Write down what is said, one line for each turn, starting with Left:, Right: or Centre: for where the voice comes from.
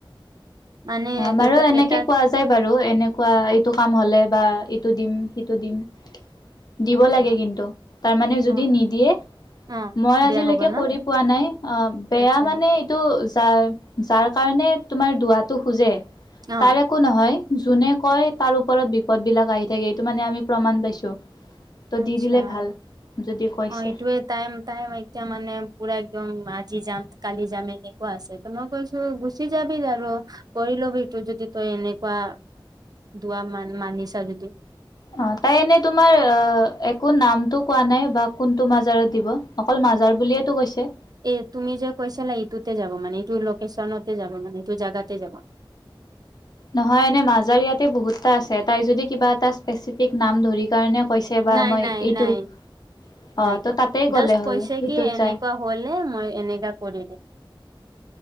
Right: মানে
Left: অ আমাৰো
Right: এক
Left: এনেকে
Right: এটাত
Left: কোৱাজ ই বাৰু, এনেকুৱা এইটো কাম হলে বা ইটো দিম, সিটো দিম। দিব
Right: আচ্ছা
Left: লাগে কিন্তু, তাৰমানে যদি
Right: অ',
Left: নিদিয়ে
Right: অ',
Left: মই আজিলৈকে
Right: বিয়া হ'ব ন?
Left: কৰি পোৱা নাই, অ বেয়া
Right: আচ্ছা
Left: মানে তো যাৰ যাৰ কাৰণে তোমাৰ দুৱাটো খোজে,
Right: অ',
Left: তাৰে একো নহয়। যোনে কয় তাৰ ওপৰত বিপদ বিলাক আহি থাকে, এইটো মানে আমি প্ৰমাণ পাইছো। ত'
Right: আচ্ছা
Left: দি দিলে ভাল। যদি কৈছে।
Right: অ এইটোৱে টাইম টাইম এতিয়া মানে পুৰা একদম আজি যাম, কালি যাম এনেকুৱা আছে। মই কৈছো গুচি যাবি আৰু কৰি লবি তো যদি তই এনেকুৱা দোৱা মান মানি চলিবি।
Left: অ তাই এনেই তোমাৰ অ একো নামটো কোৱা নাই বা কোনটো মাজাৰত দিব, অকল মাজাৰ বুলিয়েতো কৈছে?
Right: এ তুমি যে কৈছিলা ইটোতে যাব মানে, ইটোৰ লোকেশ্যনতে যাব মানে, ইটোৰ জাগাতে যাব।
Left: নহয় এনে মাজাৰ ইয়াতে বহুতটা আছে, তাই যদি কিবা এটা স্পেচিফিক নাম ধৰি কাৰণে কৈছে বা
Right: নাই,
Left: মই
Right: নাই,
Left: এইটো
Right: নাই,
Left: অ
Right: নাই কোৱা
Left: ত তাতে
Right: জাষ্ট
Left: গ'লে হ'ল
Right: কৈছে
Left: সেইটোত
Right: কি এনেকুৱা
Left: যায়।
Right: হ'লে মই এনেকা কৰি দিম।